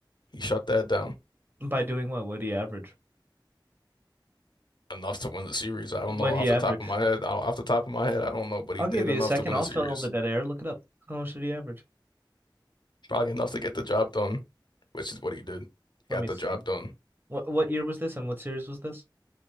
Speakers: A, on the left; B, on the right.
A: He shut that down
B: By doing what? What did he average?
A: enough to win the series. I don't
B: What
A: know off
B: he average?
A: the top of my head. I don't, off the top of my head, I don't know, but he
B: I'll
A: did
B: give you
A: enough
B: a second.
A: to win
B: I'll
A: the series.
B: fill the dead air. Look it up. How much did he average?
A: Probably enough to get the job done, which is what he did. He
B: Let
A: got
B: me
A: the
B: see.
A: job done.
B: What what year was this and what series was this?